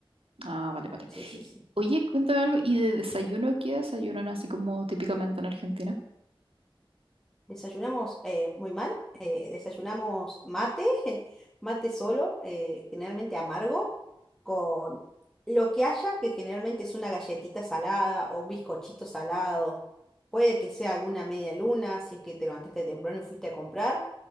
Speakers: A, on the right; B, in the centre.
A: Ah, vale, vale.
B: sí, sí, sí.
A: Oye, cuéntame algo. ¿Y de desayuno qué desayunan así como típicamente en Argentina?
B: Desayunamos eh, muy mal, eh, desayunamos mate, <laughs> mate solo, eh, generalmente amargo, con lo que haya, que generalmente es una galletita salada o un bizcochito salado. Puede que sea alguna media luna, si es que te levantaste temprano y fuiste a comprar.